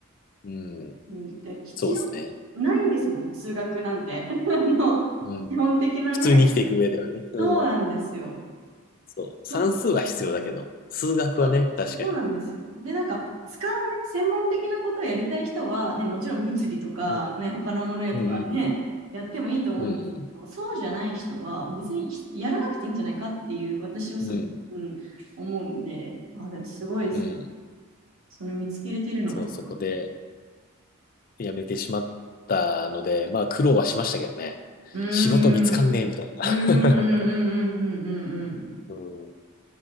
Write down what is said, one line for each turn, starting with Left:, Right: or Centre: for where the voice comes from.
Left: うん。
Right: うんだって必要
Left: そうですね。
Right: ないんですもん、数学なんて。<laughs> もう基本的なね。
Left: うん。普通に生きていく上ではね。うん。
Right: そうなんですよ。
Left: そう。算数は必要だけど、
Right: そう
Left: 数学はね、
Right: そうそうなんですよ。
Left: 確かに。
Right: で、なんか、使うね、専門的なことをやりたい人は、ね、もちろん物理とか、
Left: うん。
Right: ね、他のものやとかね、
Left: うん
Right: やってもいいと思うんですけど、
Left: うんうん。うん
Right: そうじゃない人は、別にひやらなくていいんじゃないかっていう、私はそ、
Left: うん。うん。
Right: うん、思うんで、あ、でもすごいですね。
Left: うん。
Right: その見つけれてるのがすごい。
Left: そう、そこで辞めてしまったので、まあ苦労はしましたけどね。
Right: うーん、
Left: 仕事見つかんねえみたいな。
Right: うん、うん、うん、うん、うん、うん、うん、うん。
Left: <laughs> うん。